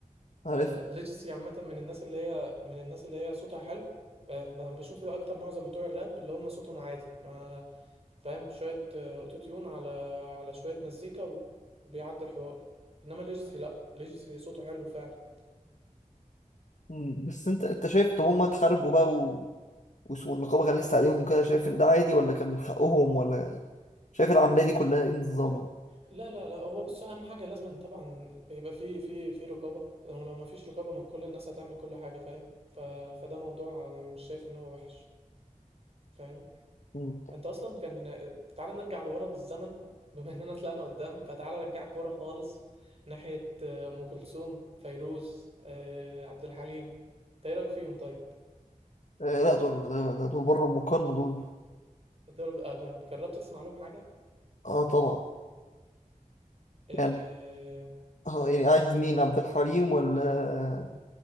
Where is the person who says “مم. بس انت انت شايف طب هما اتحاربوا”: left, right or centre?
Left